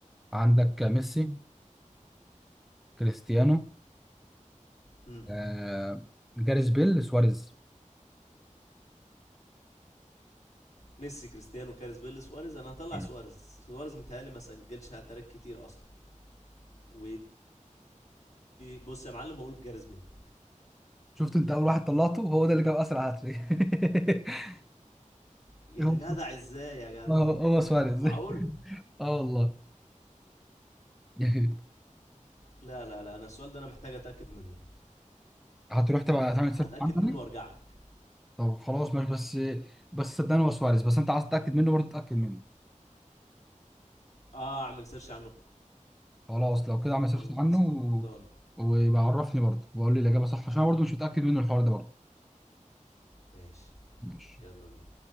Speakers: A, in the centre; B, on the left.
A: عندك ميسي كريستيانو
B: امم
A: آه جاريث بيل سواريز
B: ميسي كريستيانو كارز بيل سواريز انا هطلع
A: تمام.
B: سواريز سواريز متهيألي ما سجلش هاتريك كتير اصلا و بص يا معلم هقول جاريس بيل
A: شفت انت اول واحد طلعته هو ده اللي جاب اسرع هاتريك <laughs>
B: يا
A: هو
B: جدع ازاي يا جدع
A: هو هو سواريز
B: معقول
A: <laughs> اه والله <laughs>
B: لا لا لا انا السؤال ده انا محتاج اتاكد منه
A: هتروح تبقى تعمل
B: هتاكد
A: سيرش عنه
B: منه
A: يعني؟
B: وارجع لك
A: طب خلاص ماشي بس بس صدقني هو سواريز بس انت عايز تتاكد منه برضه اتاكد منه
B: اه اعمل سيرش عنه
A: خلاص لو كده اعمل سيرش
B: خلصانه
A: عنه و... ويبقى عرفني برضه وقول لي الاجابه صح عشان انا برضه مش متاكد منه الحوار ده برضه
B: ماشي
A: ماشي
B: يلا بينا